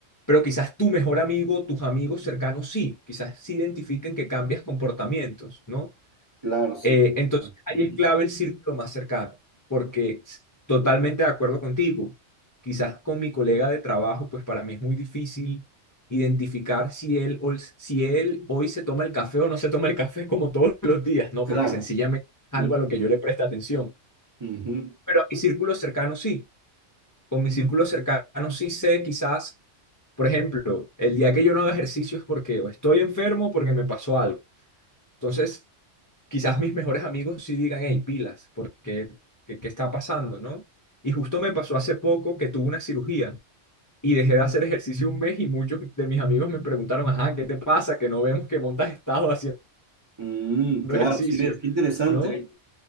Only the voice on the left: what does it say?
pero quizás tu mejor amigo, tus amigos cercanos sí, quizás sí identifiquen que cambias comportamientos, ¿no?
Eh, entonces,
ahí es clave el círculo más cercano, porque s- totalmente de acuerdo contigo, quizás con mi colega de trabajo, pues para mí es muy difícil identificar si él, o- si él hoy se toma el café o no se toma el café como todos <laughs> los días, ¿no?
Porque sencillamente es algo
a lo que yo le presta atención.
Pero a mi círculo cercano sí, con mi círculo cercano sí sé quizás, por ejemplo, el día que yo no haga ejercicio es porque o estoy enfermo o porque me pasó algo. Entonces quizás mis mejores amigos sí digan, hey, pilas, porque ¿qué, qué está pasando, no? Y justo me pasó hace poco que tuve una cirugía y dejé de hacer ejercicio un mes y muchos de mis amigos me preguntaron, ajá, ¿qué te pasa? Que no vemos que montas estado haciendo
ejercicio,
¿no?